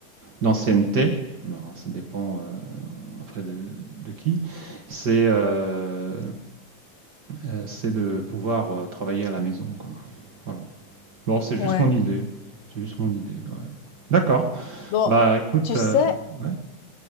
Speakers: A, on the right; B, on the left.
A: d'ancienneté, alors, ça dépend euh, après de, de qui, c'est euh, euh, c'est de pouvoir euh, travailler à la maison, quoi. Voilà. Bon, c'est juste
B: Ouais.
A: mon idée. C'est juste mon idée, ouais. D'accord.
B: bon,
A: Bah, écoute,
B: tu
A: euh,
B: sais
A: ouais,